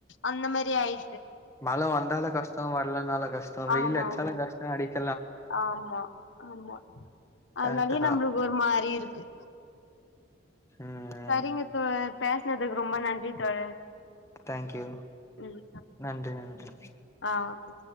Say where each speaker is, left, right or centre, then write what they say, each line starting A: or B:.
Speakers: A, on the left; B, on the left.
A: அந்த மாறி ஆய்
B: மழ வந்தாலே கஷ்டொ வர்லனால கஷ்டொ வெயில்
A: ஆமா
B: அட்ச்சாலு
A: ஆமா
B: கஷ்டொ அடிக்
A: ஆமா ஆமா அதனாலியே
B: கரெக்ட்டு தா
A: நம்ப்ளுக்கு ஒரு மாறி இருக்கு
B: ம்
A: சரிங்க தோழர் பேஸ்னதுக்கு ரொம்ப நன்றி தோழர்
B: தய்ங்க்யூ
A: ம்
B: நன்றி நன்றி
A: ஆ ஓகே